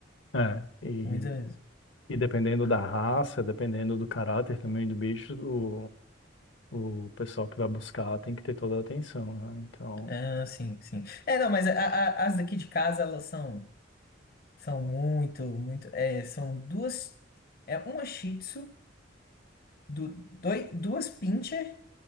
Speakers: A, on the left; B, on the left.
A: É. E,
B: Muita mesmo.
A: e dependendo da raça, dependendo do caráter também do bicho, o, o pessoal que vai buscar tem que ter toda a atenção, né? Então.
B: Ah, sim, sim. É, não, mas a- a- as daqui de casa, elas são, são muito, muito. É, são duas. É uma Shih Tzu, du, doi- duas Pinscher,